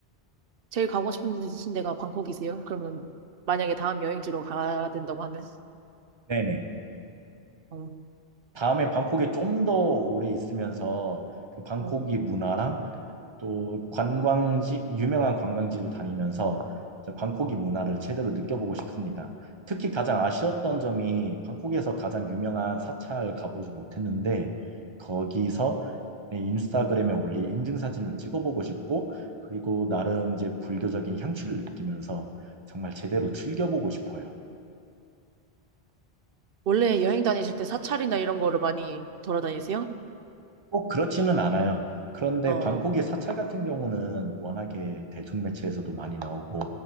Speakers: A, on the right; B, on the right.
A: 제일 가고 싶으신 데가 방콕이세요? 그러면 만약에 다음 여행지로 가야 된다고 하면?
B: 네네.
A: 어,
B: 다음에 방콕에 좀 더 오래 있으면서 그 방콕이
A: 어.
B: 문화랑 또 관광지, 유명한 관광지도 다니면서 저 방콕이 문화를 제대로 느껴보고 싶습니다. 특히 가장 아쉬웠던 점이 방콕에서 가장 유명한 사찰 가보지 못했는데 거기서 내 인스타그램에 올린 인증사진을 찍어보고 싶고 그리고 나름 이제 불교적인 향취를 느끼면서 정말 제대로
A: 음.
B: 즐겨보고 싶어요.
A: 원래 여행 다니실 때 사찰이나 이런 거를 많이 돌아다니세요?
B: 꼭 그렇지는 않아요. 그런데
A: 어,
B: 방콕의 사찰 같은 경우는 워낙에 대중매체에서도 많이 나오고